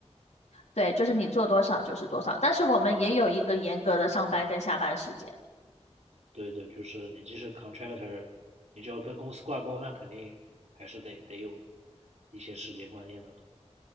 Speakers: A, on the left; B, on the right.
A: 对，就是你做多少就是多少，但是我们也有一个严格的上班跟下班时间。
B: 对对，就是你即使 contractor，你就要跟公司挂钩，那肯定还是得得有一些时间观念的吧，